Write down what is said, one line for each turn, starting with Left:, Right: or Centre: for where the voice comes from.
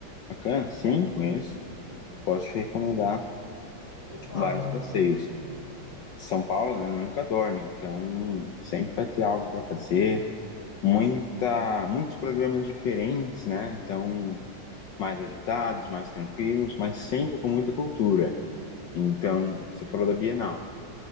Left: Bacana? Sim,
Right: Aí,
Left: conheço. Posso te recomendar
Right: por favor.
Left: vários passeios. São Paulo, né, nunca dorme, então sempre vai ter algo para fazer, muita, muitos programas diferentes, né? Então, mais agitados, mais tranquilos, mas sempre com muita cultura. Então, você falou da Bienal.